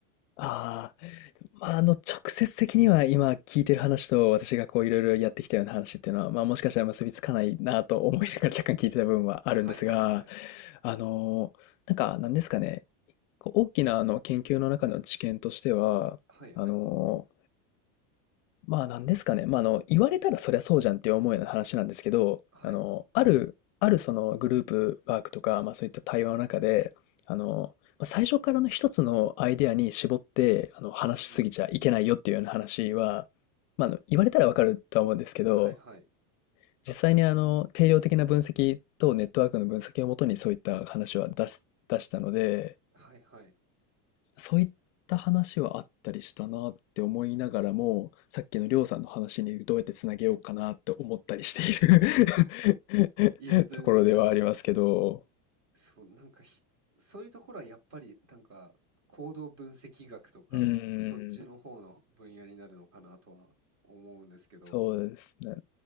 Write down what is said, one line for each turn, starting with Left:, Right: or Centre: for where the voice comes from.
Left: ああ、まあ、あの、直接的には今聞いてる話と私がこういろいろやってきたような話っていうのは、まあもしかしたら結びつかないなと思いながら若干聞いてた部分はあるんですが、
Right: はいはいはい。
Left: あの、なんか、なんですかね、こう大きなあの研究の中の知見としては、
Right: はいはい。
Left: あの、まあ、なんですかね。まあ、あの、言われたらそりゃそうじゃんって思うような話なんですけど、
Right: はい。
Left: あの、ある、あるそのグループワークとか、まあそういった対話の中で、あの、まあ最初からの一つのアイデアに絞って、あの、話しすぎちゃいけないよっていうような話は、
Right: うんうん。
Left: まあ、あの、言われたらわかるとは思うんですけど、
Right: はいはい。
Left: 実際にあの、定量的な分析とネットワークの分析をもとにそういった話は出す、出したので、
Right: はいはい。
Left: そういった話はあったりしたなって思いながらも、さっきのりょうさんの話にどうやってつなげようかなって思ったりしている
Right: いや、全然なんか、
Left: <laughs> ところではありますけど、
Right: そう、なんかひそういうところはやっぱり、なんか、行動分析学とか、
Left: うー
Right: そっちの方の分野になるのかなとは思うんですけど。
Left: ん、そうですね。